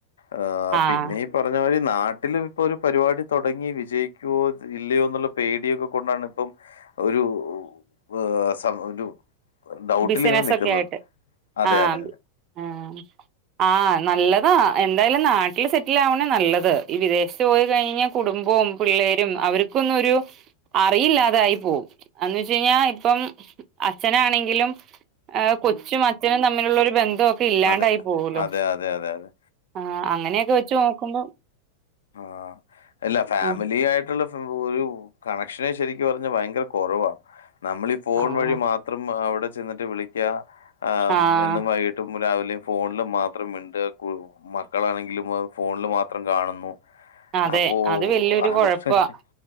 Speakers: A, on the left; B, on the right.
A: ഏഹ്
B: ആഹ്
A: പിന്നെയും പറഞ്ഞ പോലെ നാട്ടില് ഇപ്പൊ ഒരു പരിപാടി തൊടങ്ങി വിജയിക്കുവോ ഇല്ലയോ ന്നുള്ള പേടിയൊക്കെ കൊണ്ടാണ് ഇപ്പം ഒരു ഏഹ് സ ഒരു ഡൗട്ടിലിങ്ങനെ
B: ബിസിനസ്
A: നിക്കുന്നത്
B: ഒക്കെ ആയിട്ട്
A: അതെ
B: ആഹ്
A: അതെ
B: ആഹ് ആഹ് നല്ലതാ എന്തായാലും നാട്ടില് സെറ്റിൽ ആവണേ നല്ലത് ഈ വിദേശത്ത് പോയി കഴിഞ്ഞ കുടുംബവും പിള്ളേരും അവർക്കൊന്നൊരു. അറിയില്ലാതായി പോവും എന്ന്ട്ട് ഞാൻ ഇപ്പം അച്ഛനാണെങ്കിലും. ആഹ് കൊച്ചും അച്ഛനും തമ്മിലുള്ള ഒരു ബന്ധ ഇല്ലാണ്ടായി
A: അതെ
B: പോവുലോ
A: അതെ അതെ അതെ അതെ
B: ആഹ് അങ്ങനെയൊക്കെ വെച്ച് നോക്കുമ്പോ.
A: ആഹ് അല്ല ഫാമിലി
B: ഉം
A: ആയിട്ടുള്ള ഒരു കണക്ഷനെ ശരിക്ക് പറഞ്ഞാ ഭയങ്കര കൊറവാ നമ്മളീ ഈ ഫോൺ
B: ആഹ്
A: വഴി മാ ത്രം അവിടെ ചെന്നിട്ട് വിളിക്ക ഏ
B: ആഹ്
A: എന്നും വൈകി മറ്റും രാവിലെയും ഫോണിൽ മാത്രം മിണ്ട മക്കളാണെങ്കിലും ഫോണിൽ മാത്രം കാണുന്നു.
B: അതെ
A: അപ്പോ
B: അത് വല്യൊരു
A: അതുകൊണ്ട്
B: കൊഴപ്പാ